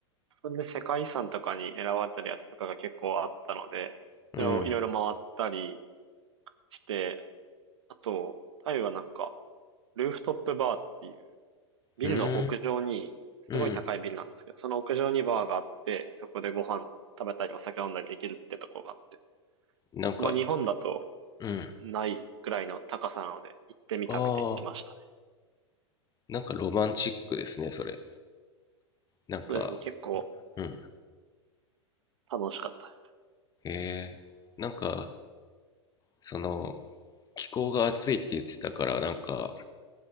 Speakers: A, on the right; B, on the left.
A: それで世界遺産とかに選ばれてるやつとかが結構あったので、
B: うん。
A: それをいろいろ回ったりして、あと、タイはなんか、ルーフトップバーっていう、ビルの屋上に、
B: うん。うん。
A: すごい高いビルなんですけど、その屋上にバーがあって、そこでご飯食べたりお酒飲んだりできるってとこがあって。
B: なんか、
A: まあ日本だと
B: うん。
A: ないぐらいの高さなので、行ってみたくて行きましたね。
B: ああ、なんかロマンチックですね、それ。なんか、
A: そうですね、結構
B: うん。
A: 楽しかったね。
B: へえ。なんか、その、気候が暑いって言ってたから、なんか、